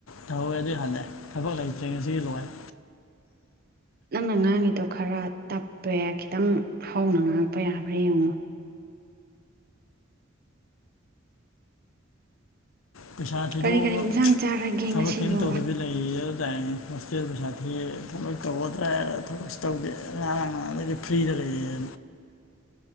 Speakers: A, on the left (about 80°); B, on the right (about 50°).
A: ꯊꯧꯋꯦ ꯑꯗꯨ ꯍꯜꯂꯛꯌꯦ ꯊꯕꯛ ꯂꯩꯇ꯭ꯔꯤꯉꯁꯤꯒꯤ ꯂꯣꯢꯔꯦ
B: ꯅꯪꯅ ꯉꯥꯡꯉꯤꯗꯣ ꯈꯔ ꯇꯞꯄꯦ ꯈꯤꯇꯪ ꯍꯧꯅ ꯉꯥꯡꯉꯛꯄ ꯌꯥꯕ꯭ꯔꯥ ꯌꯦꯡꯉꯣ
A: ꯄꯩꯁꯥ ꯊꯤꯗꯣꯛꯑꯒ
B: ꯀꯔꯤ ꯀꯔꯤ ꯏꯟꯁꯥꯡ ꯆꯥꯔꯒꯦ
A: ꯊꯕꯛ
B: ꯉꯁꯤꯕꯨ
A: ꯀꯤꯝ ꯇꯧꯗꯕꯤ ꯂꯩ ꯇꯥꯢꯌꯦ ꯍꯣꯢꯇꯦꯜ ꯄꯩꯁꯥ ꯊꯤꯔꯒ ꯊꯕꯛ ꯇꯧꯒꯗ꯭ꯔꯥ ꯊꯕꯛꯁꯨ ꯇꯧꯗꯦ ꯉꯥꯔꯥꯡ ꯅꯍꯥꯜꯗꯒꯤꯗꯤ ꯐ꯭ꯔꯤꯗ ꯂꯩꯔꯦ